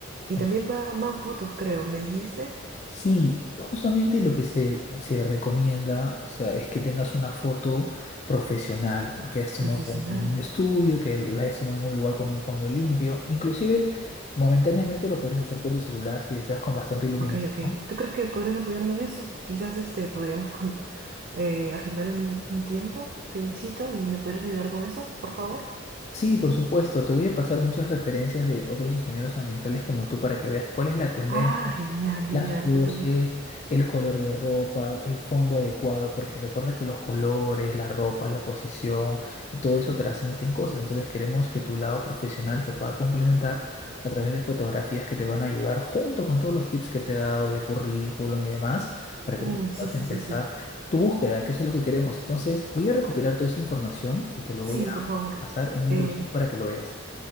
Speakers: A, on the right; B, on the left.
A: Y
B: En-
A: también va, van fotos, creo. ¿Me dijiste?
B: Sí, justamente lo que se, se recomienda, o sea, es que tengas una foto profesional, que hayas tomado
A: Profesional.
B: con- en un estudio, que la hayas tomado en un lugar con un fondo limpio. Inclusive, momentáneamente lo puedes hacer con tu celular si deseas con bastante iluminación.
A: Ok, ok. ¿Tú crees que podrías apoyarme en eso? Quizás este podríamos con- <laughs> eh, agendar un, un tiempo, te visito y me podrías ayudar con eso, por favor.
B: Sí, por supuesto. Te voy a pasar muchas referencias de otros ingenieros ambientales como tú para que veas cuál es la tendencia,
A: Ah, genial, genial,
B: las poses,
A: justamente.
B: el color de ropa, el fondo adecuado, porque recuerda que los colores, la ropa, la posición y todo eso transmiten cosas. Entonces queremos que tu lado profesional se pueda complementar a través de fotografías que te van a ayudar junto con todos los tips que te he dado de currículum y demás para
A: Uy,
B: que tú puedas
A: sí, sí,
B: empezar
A: sí, sí.
B: tu búsqueda, que eso es lo que queremos. Entonces, voy a recopilar toda esa información y te lo
A: Sí,
B: voy a
A: por favor.
B: pasar en un
A: Eh,
B: brochure para que lo veas.